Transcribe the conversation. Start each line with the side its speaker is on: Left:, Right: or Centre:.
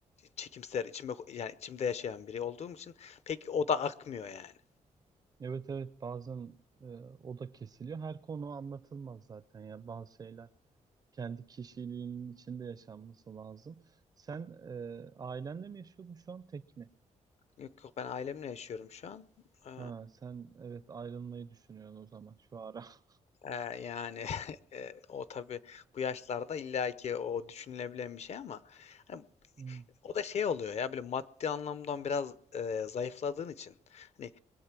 Left: çekimser, içimde, yani içimde yaşayan biri olduğum için pek o da akmıyor yani.
Right: Evet evet bazen e, o da kesiliyor. Her konu anlatılmaz zaten ya bazı şeyler kendi kişiliğinin içinde yaşanması lazım. Sen e, ailenle mi yaşıyordun şu an tek mi?
Left: Yok yok ben ailemle yaşıyorum şu an. Ee,
Right: Ha sen evet ayrılmayı düşünüyorsun o zaman şu ara. <laughs>
Left: e, yani <laughs> e, o tabii bu yaşlarda illa ki o düşünülebilen bir şey ama hani
Right: Hmm,
Left: o da şey oluyor ya böyle maddi anlamdan biraz e, zayıfladığın için. Hani